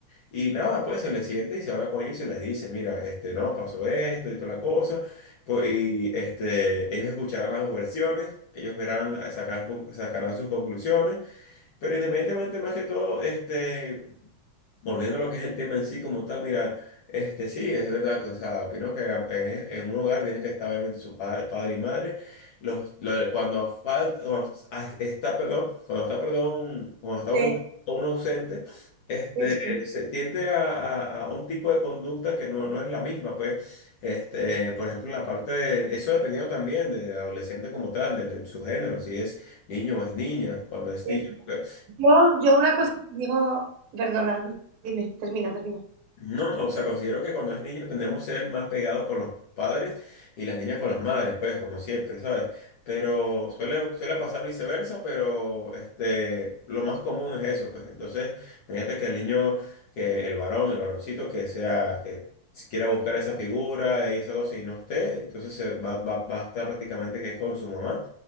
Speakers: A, on the left (about 60°); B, on the right (about 70°).
A: y nada, pues se les siente y se habla con ellos y se les dice, mira, este, no, pasó esto y toda la cosa, pues, y este, ellos escucharán las dos versiones, ellos verán, sacar- sacarán sus conclusiones, pero independientemente más que todo, este... Volviendo a lo que es el tema en sí como tal, mira, este sí, es verdad, o sea, opino que eh, en un hogar tienen que estar obviamente su pa- padre y madre. Los, lo- cuando falta, está, perdón, cuando está, perdón, cuando está
B: Sí,
A: uno, uno ausente, este,
B: sí, sí.
A: se tiende a, a- a un tipo de conducta que no, no es la misma, pues, este, por ejemplo, en la parte de, eso dependiendo también del adolescente como tal, del- de, su género, si es niño o es niña, cuando es
B: Eh,
A: niño, porque
B: Yo, yo una cosa que digo, perdona, dime, termina, termina.
A: No, no, o sea, considero que cuando es niño tendemos a ser más pegados con los padres y las niñas con las madres, pues, como siempre, ¿sabes? Pero suele, suele pasar viceversa, pero este, lo más común es eso, pues. Entonces, fíjate que el niño, que el varón, el varoncito, que sea, que si quiera buscar esa figura y esa cosa y no esté, entonces se va, va, va a estar prácticamente que es con su mamá.